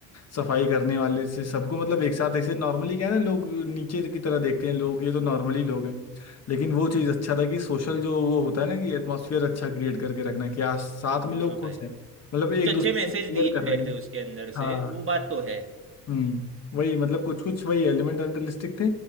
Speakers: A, on the left; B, on the right.
A: सफाई करने वाले से सबको मतलब एक साथ ऐसे नॉर्मली क्या है ना लोग नीचे की तरह देखते हैं लोग ये तो नॉर्मली लोग हैं लेकिन वो चीज़ अच्छा था कि सोशल जो वो होता है ना कि एटमोसफियर अच्छा क्रिएट करके रखना कि आज साथ में
B: हाँ
A: लोग खुश
B: भाई
A: हैं मतलब एक
B: कुछ अच्छे
A: दूसरे
B: मैसेज
A: की केयर
B: दिए
A: कर
B: गए
A: रहे हैं
B: थे उसके अंदर
A: हाँ
B: से वो बात तो है
A: हम्म वही मतलब कुछ कुछ वही एलिमेंट अनरियलिस्टिक थे